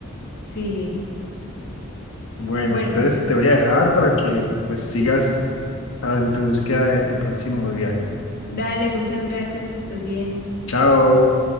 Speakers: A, on the left; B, on the left.
A: Sí.
B: Bueno,
A: Bueno,
B: entonces te voy a dejar para que pues sigas en tu búsqueda de tu próximo viaje.
A: dale, muchas gracias, que estés bien.
B: Chao.